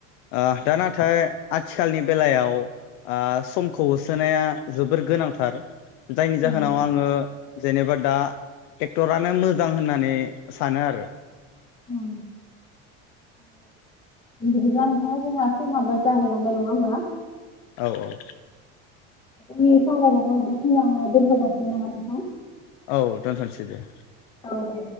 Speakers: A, on the left; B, on the left.
A: ओ दा नाथाय आथिखालनि बेलायाव आ समखौ होसोनाया जोबोर गोनांथार जायनि
B: औ
A: जाहोनाव
B: नंगौ
A: आङो जेनेबा दा थेक्टरानो मोजां होननानै स सानो आरो
B: औ दे बिदिब्ला नोंथां जोंहा समाबो जाहोलांनाय नङा होमबा
A: औ -औ
B: नि सावरायनायखौ बे खिनिआवनो दोनथ' जासिगोन नामा नोंथां?
A: औ दोनथ'नोसै दे
B: औ देे